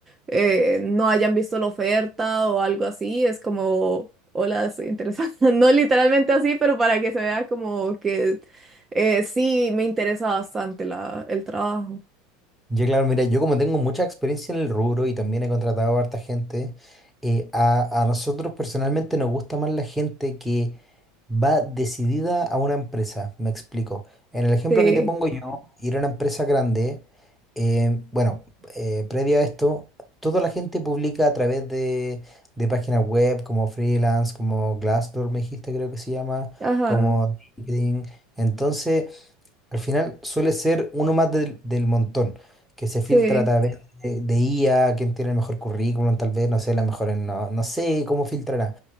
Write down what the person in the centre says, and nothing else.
Ya, claro, mira, yo como tengo mucha experiencia en el rubro y también he contratado a harta gente, eh, a, a nosotros personalmente nos gusta más la gente que va decidida a una empresa, me explico. En el ejemplo
que te pongo yo, ir a una empresa grande, eh, bueno, eh, previo a esto, toda la gente publica a través de, de páginas web como freelance, como Glassdoor, me dijiste, creo que se llama,
como LinkedIn. Entonces... Al final suele ser uno más del, del montón, que se filtra
a Sí. través de, de IA, quién tiene el mejor currículum, tal vez, no sé, la mejor en- no, no sé cómo filtrará,